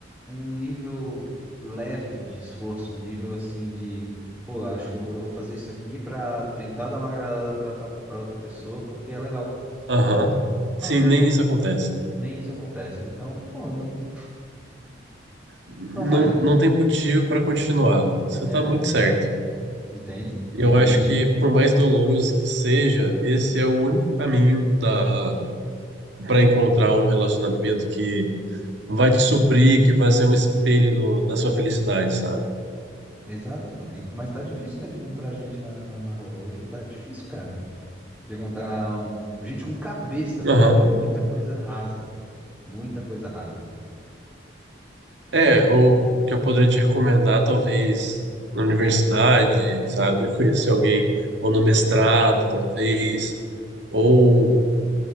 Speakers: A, in the centre; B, on the right (about 70°).
A: um nível leve de esforço, um nível assim de, pô, eu acho que eu, eu vou fazer isso aqui pra tentar dar uma agradada pra, outra- pra outra pessoa porque é legal.
B: Aham.
A: Não, não,
B: Sim,
A: não
B: nem
A: vou.
B: isso acontece.
A: Nem isso acontece. Então, pô, não,
B: Não,
A: não vale.
B: não tem motivo para continuar. Você
A: É,
B: tá muito
A: sabe?
B: certo.
A: Entende?
B: Eu
A: E aí.
B: acho que, por mais doloroso que seja, esse é o único caminho da para encontrar um relacionamento que vai te suprir, que vai ser um espelho do- da sua felicidade, sabe?
A: Exato, mano. E- mas tá difícil tá, de encontrar gente na, na rua. Hoje tá difícil, cara. De encontrar um- gente com cabeça, velho.
B: Aham.
A: É muita coisa rasa. Muita coisa rasa.
B: É, ou que eu poderia te recomendar, talvez, na universidade, sabe? Conhecer alguém, ou no mestrado, talvez, ou,